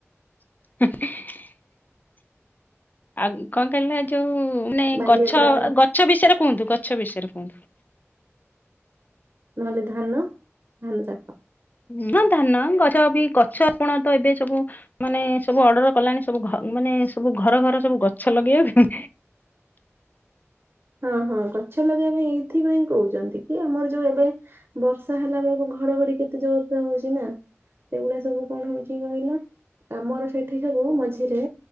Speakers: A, on the left (about 35°); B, on the right (about 50°).
A: <inaudible> ଆଉ କଣ କହିଲା ଯୋଉ ନାଇଁ
B: ବାଲିଯାତ୍ରା
A: ଗଛ
B: ପାଇଁ
A: ଗଛ ବିଷୟରେ କୁହନ୍ତୁ ଗଛ ଛ ବିଷୟରେ କିନ୍ତୁ
B: ନହେଲେ ଧାନ ଧାନ ଚାପ
A: ହଁ ଧାନ ଗଛ ବି ଗଛ ଆପଣ ତ ଏବେ ସବୁ ମାନେ ସବୁ ଅର୍ଡର କଲାଣି ସବୁ ମାନେ ସବୁ ଘର ଘର ସବୁ ଗଛ ଲଗେଇବା
B: ହଁ ହଁ ଗଛ ଲଗେଇବା ପାଇଁ ଏଇଥିପାଇଁ କହୁଛନ୍ତି କି ଆମର ଯୋଉ ଏବେ ବର୍ଷା ହେଲା ବେଳକୁ ଘଡଘଡି କେତେ ଜୋର ହଉଛି। ସେଗୁଡା ସବୁ କଣ ହଉଛି କହିଲ ଆମର ସେଠି ସବୁ ମଝିରେ